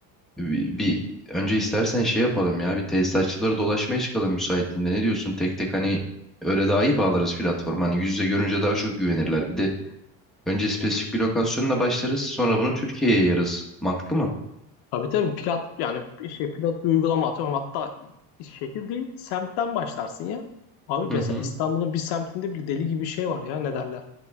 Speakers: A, in the centre; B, on the left (about 65°).
A: bir, bir önce istersen şey yapalım ya bir tesisatçıları dolaşmaya çıkalım müsaitliğinde ne diyorsun? Tek tek hani öyle daha iyi bağlarız platform. Hani yüz yüze görünce daha çok güvenirler. Bir de önce spesifik bir lokasyonla başlarız sonra bunu Türkiye'ye yayarız. Mantıklı mı?
B: Tabii tabii pilot yani bir şey pilot bir uygulama atıyorum hatta şehir değil semtten başlarsın ya. Abi mesela
A: Hı hı.
B: İstanbul'un bir semtinde bile deli gibi şey var ya ne derler.